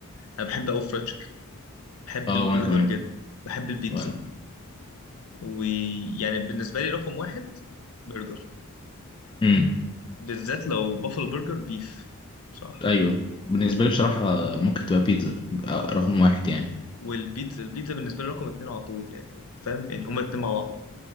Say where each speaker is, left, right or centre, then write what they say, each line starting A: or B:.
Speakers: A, on the left; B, on the left.
A: أنا بحب أوي فرايد تشيكن بحب
B: اه
A: البرجر
B: وانا كمان
A: جدا بحب البيتزا
B: وانا
A: ويعني بالنسبة لي رقم واحد برجر
B: امم
A: بالذات لو بافلو برجر بيف صراحة
B: ايوه بالنسبه لي بصراحه ممكن تبقى بيتزا آه، رقم واحد يعني
A: والبيتزا البيتزا بالنسبة لي رقم اتنين على طول يعني فاهم يعني هما الاتنين مع بعض